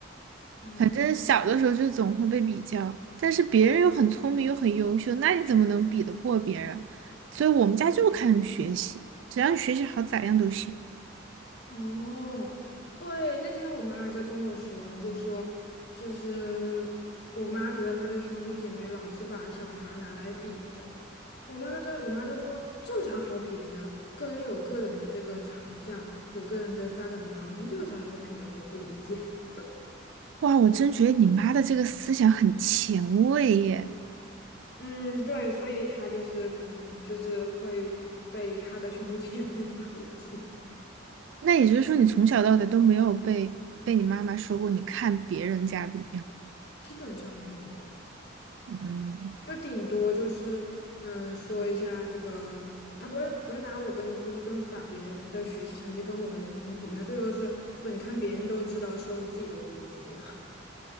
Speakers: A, on the left (about 50°); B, on the right (about 65°).
A: 嗯，
B: 反正小的时候就总会被比较，但是别人又很聪明又很优秀，那你怎么能比得过别人？所以我们家就看学习，只要你学习好，咋样都行。
A: 哦，对，那天我妈还在跟我说呢，就说就是我妈觉得她的兄弟姐妹老是把小孩儿拿来比较嘛，我妈就在我妈就说这有啥好比的呀？个人有个人的这个长项，有个人的发展方向，这有啥好比的呀？我不理解。<laughs>
B: 哇，我真觉得你妈的这个思想很前卫耶。
A: 嗯，对，所以她就是可能就是会被她的兄弟姐妹排挤。
B: 那也就是说，你从小到大都没有被被你妈妈说过，你看别人家怎么样？
A: 基本上没有过，
B: 嗯
A: 就顶多就是嗯说一下这个，他不会不会拿我跟就是跟把别人的学习成绩跟我的学习成绩比，他最多是说你看别人都知道收拾自己的屋子这样。